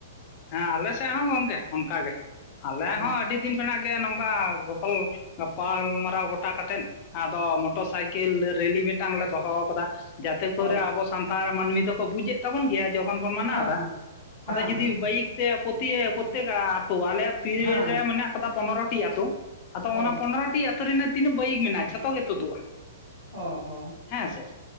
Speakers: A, on the left; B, on the right.
A: ᱦᱮᱸ ᱟᱞᱮ ᱥᱮᱜ ᱦᱚᱸ ᱜᱚᱝᱠᱮ ᱚᱱᱠᱟ ᱜᱮ ᱟᱞᱮ ᱦᱚᱸ
B: ᱚ
A: ᱟᱹᱰᱤ ᱫᱤᱱ ᱠᱷᱚᱱᱟᱜ ᱜᱮ ᱱᱚᱝᱠᱟ ᱜᱚᱯᱚᱞᱼᱼ ᱜᱟᱯᱟᱞ ᱢᱟᱨᱟᱣ ᱜᱚᱴᱟ ᱠᱟᱛᱮᱜ ᱟᱫᱚ ᱢᱚᱴᱚᱨ ᱥᱟᱭᱠᱮᱞ ᱨᱮᱞᱤ ᱢᱤᱫᱴᱟᱝ ᱞᱮ ᱫᱚᱦᱚ ᱠᱟᱫᱟ᱾ ᱡᱟᱛᱮ ᱠᱚᱨᱮ
B: ᱚ
A: ᱟᱵᱚ ᱥᱟᱱᱛᱟᱲ ᱢᱟᱱᱢᱤ ᱫᱚᱠᱚ ᱵᱩᱡᱮᱫ ᱛᱟᱵᱚᱱ ᱜᱮᱭᱟ ᱡᱚᱠᱷᱚᱱ ᱵᱚᱱ ᱢᱟᱱᱟᱣ
B: ᱦᱮᱸ
A: ᱫᱟ
B: ᱦᱮᱸ
A: ᱟᱫᱚ
B: ᱦᱮᱸ
A: ᱡᱩᱫᱤᱼᱼ
B: ᱦᱮᱸ
A: ᱵᱟᱹᱭᱤᱠ ᱛᱮ ᱯᱳᱛᱤᱭᱮ ᱯᱳᱠᱛᱮᱠ ᱟᱛᱩ ᱟᱞᱮ ᱭᱟᱜ ᱯᱤᱭᱮ
B: ᱦᱮᱸ
A: ᱨᱮ ᱢᱮᱱᱟᱜ ᱟᱠᱟᱫᱟ ᱯᱚᱱᱚᱨᱚᱴᱤ ᱟᱛᱩ᱾ ᱟᱫᱚ
B: ᱚ
A: ᱚᱱᱟ ᱯᱚᱱᱨᱚᱴᱤ ᱟᱹᱛᱩ ᱨᱮᱱᱟᱜ ᱛᱤᱱᱟᱹᱜ ᱵᱟᱹᱭᱤᱠ ᱢᱮᱱᱟᱜ-ᱟ ᱡᱚᱛᱚ ᱜᱮ ᱛᱳᱫᱩᱜ-ᱟ᱾
B: ᱚ ᱚ
A: ᱦᱮᱸ ᱥᱮ